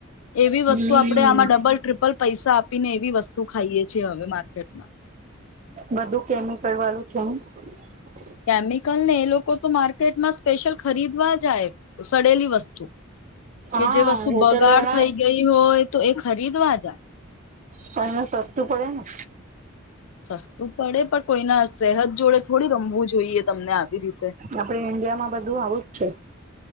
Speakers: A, on the left (about 75°); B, on the right (about 35°).
A: એવી
B: હમ
A: વસ્તુ આપણે આમાં ડબલ <unintelligible> પૈસા આપીને એવી વસ્તુ ખાઈએ છીએ હવે માર્કેટમાં.
B: બધું કેમિકલ વાળું <unintelligible>
A: કેમિકલ ને એ લોકો તો માર્કેટમાં સ્પેશિયલ ખરીદવા જાય સડેલી વસ્તુ.
B: હા
A: <unintelligible> વસ્તુ
B: હોટલ
A: બગાડ
B: વાળા
A: થઈ ગઈ હોય તો એક. ખરીદવાજ.
B: તો એમાં સસ્તું પડે ને.
A: સસ્તું પડે પણ કોઈના સહજ જોડે થોડી રમવું જોઈએ તમને આવી રીતે.
B: આપડે ઈન્ડિયા માં બધું આવું જ છે.